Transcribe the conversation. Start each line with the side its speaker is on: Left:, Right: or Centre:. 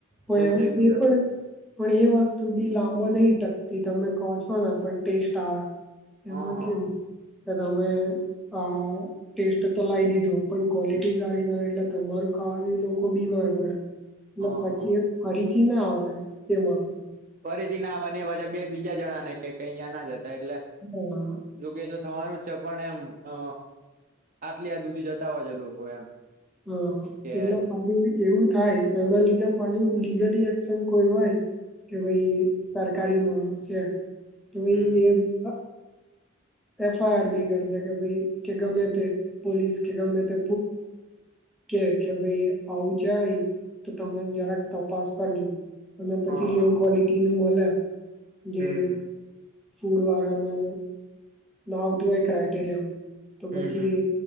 Centre: પણ
Right: એવું
Centre: એમ
Right: થઈ ગયું
Centre: એ
Right: છે
Centre: પણ
Right: ભાઈ
Centre: પણ એ વસ્તુ બી લાંબો નહી ટક તમે કહો છો ને પણ ટેસ્ટ આવે એમાં
Right: હા હા
Centre: કેવું કે તમે આ ટેસ્ટ તો લાવ દીધું પણ ક્વોલિટી
Right: હમ
Centre: સારી ન એટલે મારું ખાવાનું એ લોકો બીમાર પડે એટલે
Right: હા
Centre: પછી
Right: હા
Centre: એ ફરીથી ના આવે. એ માણસ
Right: ફરીથી નાવાને એ પાછા બે બીજા જણા ને કે કઈ અયા ના જતા એટલે
Centre: હા
Right: જોકે અગ થવાનું જ છે પણ એમ અ આટલી હદ સુધી જતા હોય છે લોકો એમ
Centre: હમમ
Right: કે
Centre: એલે પદી એવું થાય ને <unintelligible> તારી મારી છે તો
Right: હમ
Centre: એ <unintelligible> એફઆઈઆર બી કરી દે કે ભાઈ કે ગમે તે કે કે ભાઈ આવું છે અહી તો તમે જરાક તપાસ કરજો. અને પછી
Right: હા હા
Centre: લો ક્વલિટી નું મળ્યા જે
Right: હમ હમ
Centre: ફૂડ વાળાને ના આવતું હોય ક્રાઈટેરિયા તો
Right: હમ
Centre: પછી
Right: હમ